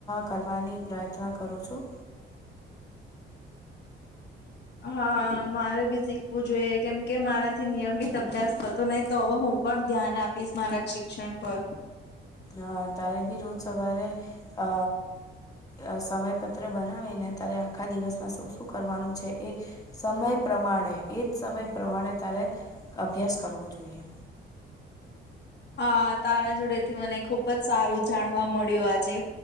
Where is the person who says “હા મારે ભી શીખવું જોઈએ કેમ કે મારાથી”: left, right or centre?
Left